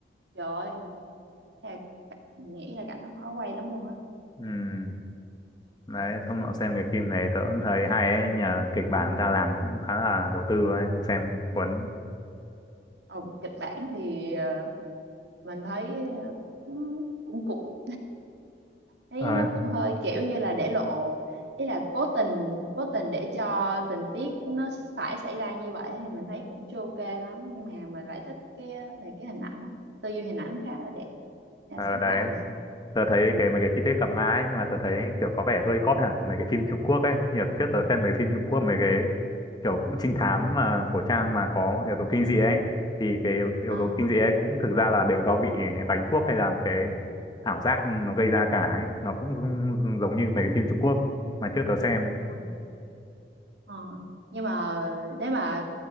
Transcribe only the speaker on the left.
<laughs> ừ. đấy hôm nọ xem cái phim này tớ cũng thấy hay ấy nhờ kịch bản người ta làm cũng khá là đầu tư ấy xem cuốn
ờ,
ờ,
đấy
tớ thấy cái mấy cái chi tiết cặp má ấy, nhưng mà tớ thấy kiểu có vẻ hơi cóp nhỉ của mấy cái phim Trung Quốc ấy nhiều trước tớ xem mấy phim Trung Quốc mấy cái kiểu cũng trinh thám mà cổ trang mà có yếu tố kinh dị ấy thì cái yếu yếu
tố kinh dị ấy cũng thực ra là đều do bị đánh thuốc hay là một cái ảo giác nó gây ra cả ấy nó cũng giống giống như mấy cái phim Trung Quốc mà trước tớ xem